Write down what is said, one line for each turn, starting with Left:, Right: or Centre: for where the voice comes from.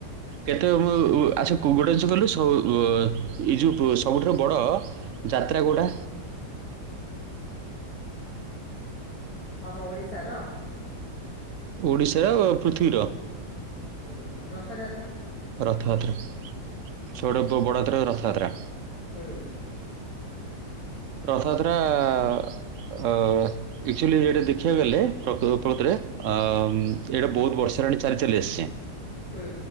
Right: କେତେ ଉ ଆଛା ଗୋଟେ ଯୋଉ କହିଲୁ ଏ ଯୋଉ ସବୁଠାରୁ ବଡ଼ ଯାତ୍ରା କଉଟା?
Left: ଆମ ଓଡ଼ିଶାର?
Right: ଓଡ଼ିଶାର ପୃଥିବୀର।
Left: ଉଁ ରଥଯାତ୍ରା।
Right: ରଥଯାତ୍ରା ସବୁଠୁ ବଡ଼ ଯାତ୍ରା ରଥଯାତ୍ରା।
Left: ହୁଁ।
Right: ରଥଯାତ୍ରା ଆ ଏକ୍ ଚୁଆଲି ଏଟା ଦେଖିବାକୁ ପ୍ରକୃତରେ ଅ ଏଇଟା ବହୁତ୍ ବର୍ଷ ହେଲାଣି ଚାଲି ଚାଲି ଆସିଛି।
Left: ହୁଁ।